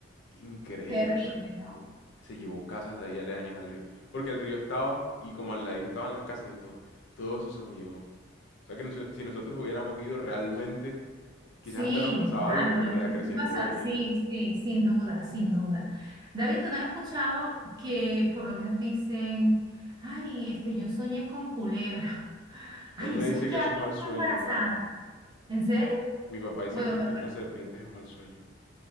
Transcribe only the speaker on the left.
increíble.
O sea,
se llevó casas de ahí aledañas al río. Porque el río estaba y como al ladito estaban las casas y todo. Todo eso se lo llevó. O sea que nos- si nosotros hubiéramos ido realmente Quizás
hasta nos pasaba
algo porque
la creciente
venía.
Él me
dice
que eso
es mal
sueño,
¿sabes?
Mi papá dice
que soñar
con serpientes es mal sueño.